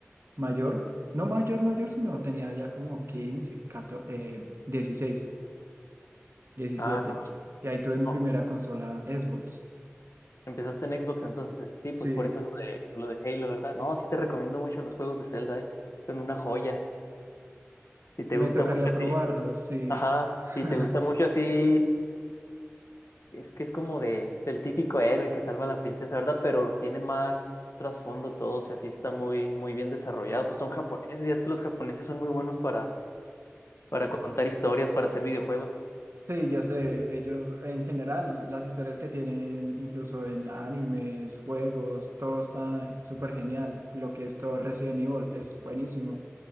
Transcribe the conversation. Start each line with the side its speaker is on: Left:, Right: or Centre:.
Right: mayor. No mayor, mayor, sino tenía ya como quince 14, eh, 16. diecisiete
Left: Ah,
Right: Y ahí
Left: no,
Right: tuve mi primera
Left: no.
Right: consola Xbox.
Left: Empezaste en Xbox, entonces sí, pues
Right: Sí,
Left: por eso lo de, lo de Halo, ¿verdad? No, sí te recomiendo mucho los juegos de Zelda, ¿eh? Son una joya. Si te
Right: me
Left: gusta
Right: tocaría
Left: mucho
Right: probarlos,
Left: así,
Right: sí.
Left: ajá,
Right: <laughs>
Left: si te gusta mucho así, es que es como de, del típico héroe que salva a la princesa, ¿verdad? Pero tiene más trasfondo todo, o sea, sí está muy, muy bien desarrollado. Pues son japoneses, y es que los japoneses son muy buenos para, para contar historias, para hacer videojuegos.
Right: Sí, ya sé, ellos en general, las historias que tienen, incluso en animes, juegos, todo está súper genial. Lo que es todo Resident Evil es buenísimo,